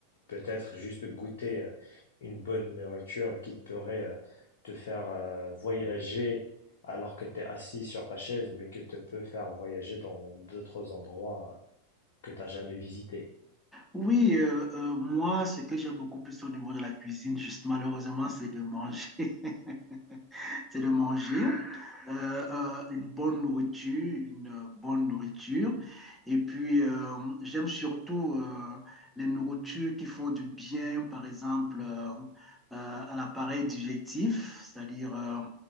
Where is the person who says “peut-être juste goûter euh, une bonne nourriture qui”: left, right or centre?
Left